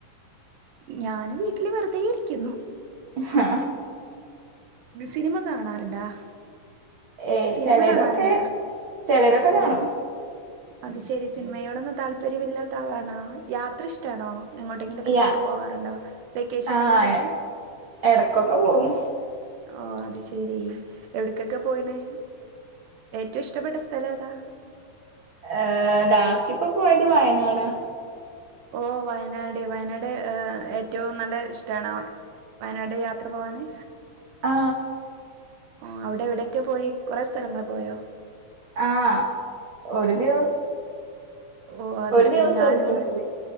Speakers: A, on the right; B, on the right.
A: ഞൻ വീട്ടില് വെറുതെ ഇരിക്കുന്നു
B: ആ
A: സിനിമ കാണാറുണ്ടാ
B: ഏയ്
A: സിനിമ
B: ചെലതൊക്കെ
A: കാണാറുണ്ടാ
B: ചെലതൊക്കെ
A: ഓ
B: കാണും
A: അത് ശെരി സിനിമയോടൊന്നും താല്പര്യമ ഇില്ലാത്ത ആളാണോ യാത്ര ഇഷ്ടാണോങ്ങോട്ട്
B: യാ
A: ടൂറു പോവാറുണ്ട വെക്കേഷൻ
B: ആഹ്
A: ടൈമിലൊക്കെ
B: എടക്കൊക്കെ പോവും
A: ഓ അത് ശെരി എവിടക്കൊക്കെ പോയിണ് ഏറ്റവും ഇഷ്ടപ്പെട്ട സ്ഥലം ഏതാ
B: ഏർ ലാസ്റ്റിപ്പോ പോയത് വയനാടാ
A: ഓ വയനാട് വയനാട് ഏറ്റവും നല്ല ഇഷ്ടണ വയനാട് യാത്ര പോവാന്
B: ആ
A: ഓ അവിടെ എവിടെയൊക്കെ പോയി കൊറെ സ്ഥലങ്ങള് പോയോ
B: ആഹ് ഒരു ദിവസം
A: ഓഹ് അത്
B: ഒരു
A: ശരി ഞാനും
B: എടുത്തിട്ടുള്ളൂ